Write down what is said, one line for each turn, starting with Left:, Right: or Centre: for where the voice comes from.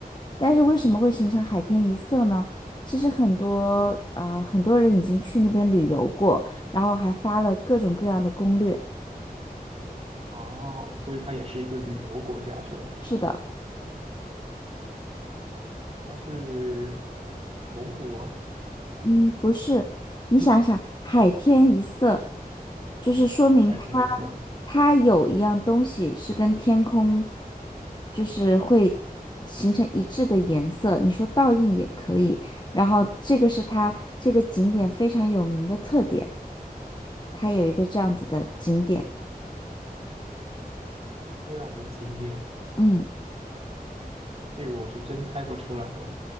Left: 但是为什么会形成海天一色呢？其实很多啊、呃很多人已经去那边旅游过，然后还发了各种各样的攻略。
Right: 哦，所以它也是一个旅游国家是吗？
Left: 是的。
Right: 它是蒙古吗？
Left: 嗯，不是，你想想，海天一色，就是说明它
Right: 海天一色
Left: 它有一样东西是跟天空，就是会形成一致的颜色。你说倒映也可以，然后这个是它这个景点非常有名的特点，它有一个这样子的景点。
Right: 这样的景点，
Left: 嗯，
Right: 这个我是真猜不出来了，